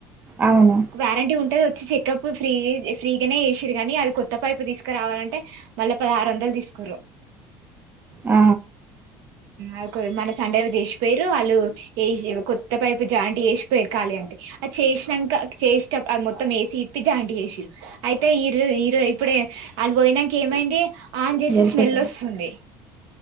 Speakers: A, on the right; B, on the right.
A: అవును
B: వ్యారంటీ ఉంటది వొ వచ్చి చెకప్ ఫ్రీ ఫ్రీగానే ఏసిరు గనీ అది కొత్త పైపు తీసుకురావాలంటే మళ్ళ పదహారు వందలు తీసుకురు
A: ఆ
B: అది మీన సండే లో చేసిపోయారు వాళ్ళు వసి కొత్త పైపు జాయింటట్ చేసిపోయారు ఖాళీ అంటే అది చేసినాక చేసేటప్పుడు మొత్తం వేసి ఇప్పి జాయింటట్ చేసిారు అయితే ఈరోజ ఈరో ఇప్పుడే వాళ్ళు పోయినాక ఏమైంది ఆన్ చేసి
A: గెలిసేత
B: స్మెల్ వస్సుంది